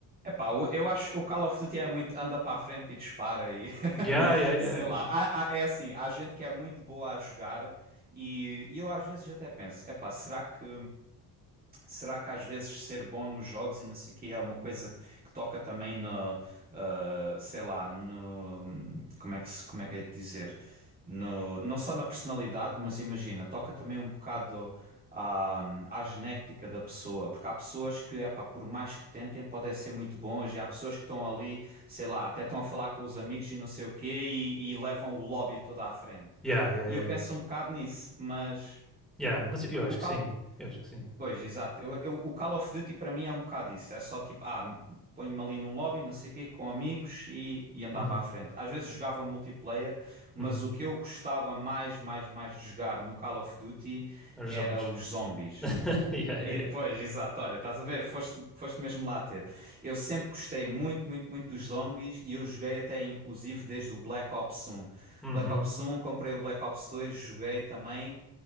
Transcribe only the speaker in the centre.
Yeah,
yeah, yeah.
Yeah, yeah,
yeah,
yeah.
Yeah, mas
eu
acho
que sim. Eu acho que sim.
Uhum.
Uhum.
Os
zombies.
<laughs> yeah, yeah,
yeah.
Uhum.